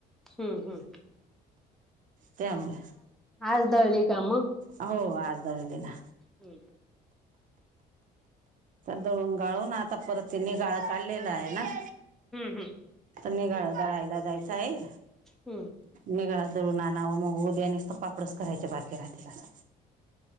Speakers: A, in the centre; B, on the right.
A: हूं हूं!
B: त्यामुळे!
A: आज दळली का मं.
B: हो आज दळली ना!
A: होईल ते!
B: दळून गाळून, आता परत ते नीगाळ काढलेला आहे ना!
A: हूं हूं!
B: त निगाळा दळायला जायचं आहे.
A: हूं!
B: निगळा दळून आणावं, म उद्या नीसत पापडच करायचे बाकीे राहतील आता.